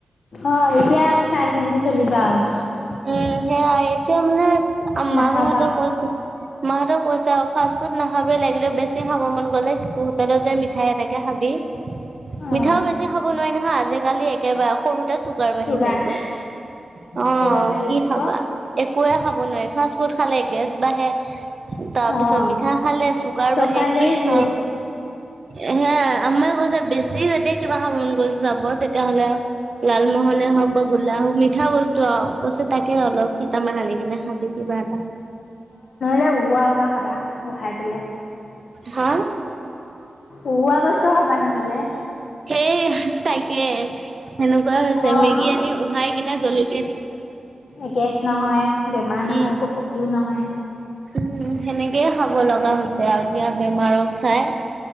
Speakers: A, on the left (about 70°); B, on the right (about 40°).
A: অ', এতিয়া চাই চিন্তি চলিবা আৰু।
B: উম, সেয়াই এতিয়া মানে
A: নাখাবা
B: মাহঁতেও কৈছে মাহঁতক কৈছে ফাষ্ট ফুড নাখাবি লাগিলে বেছি খাব মন গ'লে হোটেলত যায় মিঠাই এটকে খা বি
A: অ',
B: মিঠাও বেছি খাব নোৱাৰি নহয় আজিকালি একেবাৰে, সৰুতে চুপ গাৰ বাঢ়ি
A: চুগাৰ
B: যায় গৈ অ',
A: চুগাৰ বাঢ়ি
B: কি
A: যাব
B: খাবা একোৱে খাব নাই, ফাষ্ট ফুড খালে গেছ বাঢ়ে। তাৰপিছত
A: অ',
B: মিঠা খালে চুগাৰ
A: চবফালেই
B: বাঢ়ে, কি খাম?
A: জুত
B: এ সে আমাৰ কৈছে বেছি যেতিয়া কিবা খাদ গ যাব তেতিয়াহ'লে লালমোহন এ হওঁক বা গোল্লা হওঁক, মিঠা বস্ টো আও কৈছে তাকে অলপ, কেইটামান আনি কিনে খাবি কিবা এটা।
A: এ উৱা, হোৱা খাবা, উহাই পেলাই।
B: হা?
A: উহোৱা বস্তু খাবা নহ'লে।
B: সেই তাকে সেনেকুৱাই হৈছে,
A: অ',
B: মেগী আনি উহাই কিনে জলকীয়া দি
A: এ গেছ নহয়, বেমাৰ
B: উম,
A: নহয়, একো ক্ষতিও নহয়।
B: উম, সেনেকেই খাব লগা হৈছে আৰু যিয়া বেমাৰক চাই।